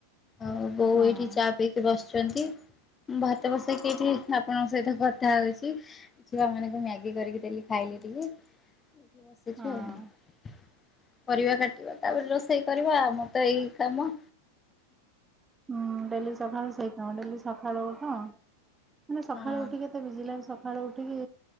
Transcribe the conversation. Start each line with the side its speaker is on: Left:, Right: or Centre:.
Left: ଆଉ ବୋଉ
Right: ହଁ।
Left: ଏଇଠି ବସିଛନ୍ତି। ଭାତ ବସେଇକି ଏଇଠି ଆପଣଙ୍କ ସହିତ କଥା ହଉଛି। ଛୁଆ ମାନଙ୍କୁ ମ୍ୟାଗି କରିକି ଦେଲି ଖାଇଲି ଟିକେ ବସିଛୁ
Right: ହଁ
Left: ଆଉ। ପରିବା କାଟିବା ତାପରେ ରୋଷେଇ କରିବା ଆମର ତ ଏଇ କାମ।
Right: ହୁଁ ଡେଲି ସକାଳୁ ସେଇ କାମ ଡେଲି ସକାଳୁ ଉଠ ମାନେ ସକାଳୁ
Left: ହଁ।
Right: ଉଠିଲା ମତେ ବିଜିଲାରେ ସକାଳୁ ଉଠିକି